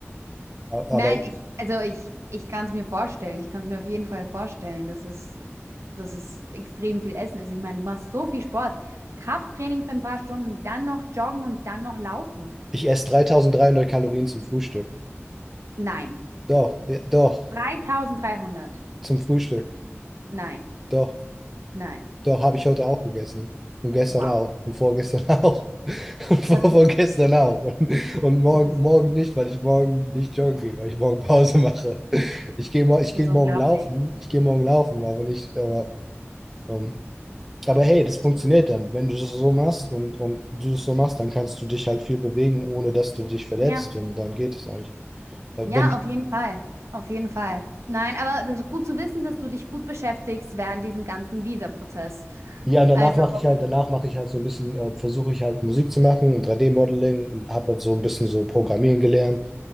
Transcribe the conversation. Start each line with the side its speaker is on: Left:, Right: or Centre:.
Centre: a- aber
Right: Nein, ich, also ich, ich kann es mir vorstellen. Ich kann es mir auf jeden Fall vorstellen, dass es, dass es extrem viel Essen ist. Ich meine, du machst so viel Sport. Krafttraining für ein paar Stunden, dann noch joggen und dann noch laufen.
Centre: ich esse 3300 Kalorien zum Frühstück.
Right: Nein.
Centre: Doch, ja, doch,
Right: dreitausenddreihundert.
Centre: zum Frühstück.
Right: Nein,
Centre: Doch.
Right: nein.
Centre: Doch, habe ich heute auch gegessen. Und gestern
Right: Wow.
Centre: auch. Und vorgestern <laughs> auch. Und vor,
Right: Das ist,
Centre: vorgestern auch. Und, und morgen,
Right: das ist,
Centre: morgen nicht, weil ich morgen nicht joggen gehe, weil ich morgen Pause mache. Ich gehe mor- ich
Right: das
Centre: gehe
Right: ist unglaublich.
Centre: morgen laufen. Ich gehe morgen laufen, aber nicht. Aber, ähm, aber hey, das funktioniert dann. Wenn du das so machst und, und du das so machst, dann kannst du dich halt viel bewegen, ohne dass du dich verletzt.
Right: Ja.
Centre: Und dann geht es eigentlich. Äh,
Right: Ja,
Centre: Wenn, du-
Right: auf jeden Fall. Auf jeden Fall. Nein, aber das ist gut zu wissen, dass du dich gut beschäftigst während diesem ganzen Visa-Prozess.
Centre: Ja, und danach
Right: Also,
Centre: mache ich halt, danach mache ich halt so ein bisschen, äh, versuche ich halt Musik zu machen und 3D-Modeling und habe halt so ein bisschen so Programmieren gelernt.